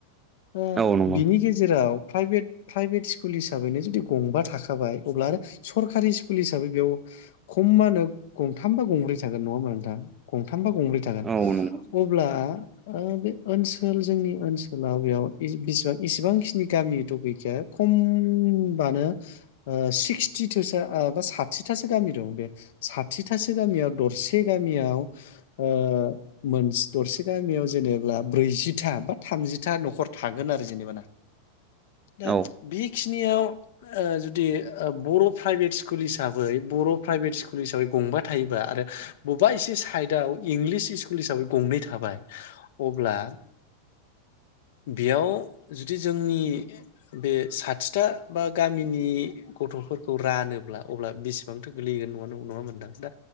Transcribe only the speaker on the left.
दा
बिनि गेजेराव प्राइभेट प्राइभेट स्कुल हिसाबैनो जुदि गंबा थाखाबाय अब्ला आरो सरकारि स्कुल हिसाबै बेयाव खमानो गंथामबा गंब्रै थागोन नङा होमा नोंथां गंथामबा गंब्रै थागोन
अब्ला ओ बे ओनसोल जोंनि ओनसोलाव बेयाव बेसेबां इसेबांखिनि गामि दं गैखाया खमबानो ओ सिक्सटिथोसो बा साथिथासो गामि दं बे साथिथासो गामियाव दरसे गामियाव ओ मोन दरसे गामियाव जेनेबा ब्रैजिथा बा थामजिथा नखर थागोन आरो जेनेबा ना दा
बेखिनियाव ओ जुदि बर' प्राइभेट स्कुल हिसाबै बर' प्राइभेट स्कुल हिसाबै गंबा थायोबा आरो बबेबा एसे सायिदाव इंलिस स्कुल हिसाबै गंनै थाबाय अब्ला बेयाव जुदि जोंनि ओ बे साथिथा बा गामिनि गथफोरखौ रानोब्ला अब्ला बेसेबांथो गोगलैगोन ना नङामोन? दा